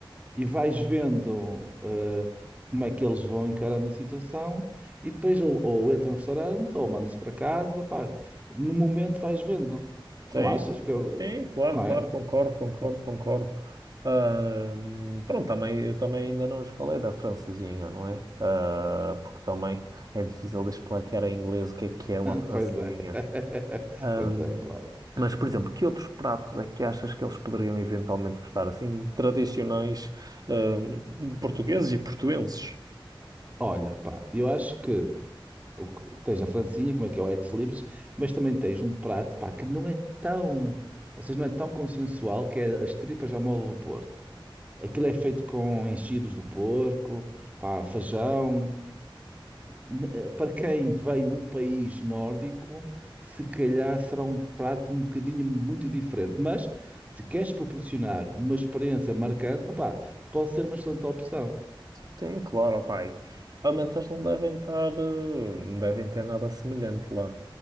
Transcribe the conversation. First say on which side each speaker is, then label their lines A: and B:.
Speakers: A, on the right (about 15°); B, on the right (about 45°).
A: e vais vendo eh, como é que eles vão encarando a situação e depois ou, ou entra no restaurante ou mandas para casa, pá. No momento vais vendo.
B: Sim,
A: Não achas que eu...
B: sim, claro,
A: Não
B: claro,
A: é?
B: concordo, concordo, concordo. Ahm, pronto, também, eu também ainda não lhes falei da francesinha, não é? Ah, porque também é difícil de explicar em inglês o que é que é uma
A: <laughs>
B: francesinha.
A: Pois é. <laughs>
B: Ahm,
A: Pois é, claro.
B: mas, por exemplo, que outros pratos é que achas que eles poderiam eventualmente gostar, assim, tradicionais, ahm, portugueses e portuenses?
A: Olha, pá, eu acho que o que- tens a francinha, como é que é o ex libris, mas também tens um prato, pá, que não é tão, ou seja, não é tão consensual, que é as tripas à moda do Porto. Aquilo é feito com enchidos do porco, pá, feijão. N- eh, Para quem vem de um país nórdico, se calhar será um prato um bocadinho muito diferente. Mas se queres proporcionar uma experiência marcante, pá, pode ser uma excelente opção.
B: Tem, claro, opá. e Realmente eles não devem estar, eh, não devem ter nada semelhante lá.